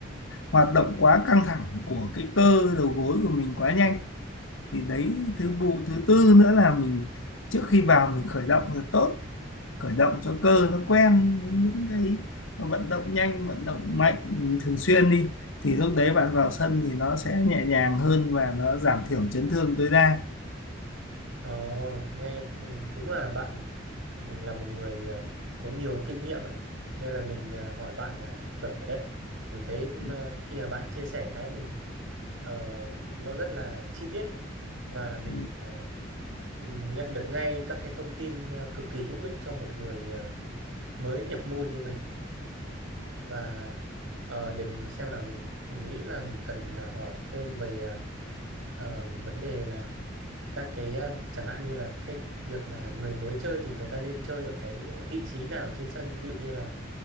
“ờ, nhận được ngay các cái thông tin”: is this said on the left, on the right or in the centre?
Right